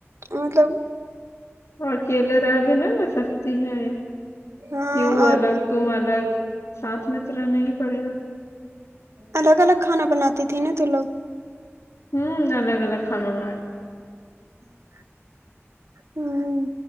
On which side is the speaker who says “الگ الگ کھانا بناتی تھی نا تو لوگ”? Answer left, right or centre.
Right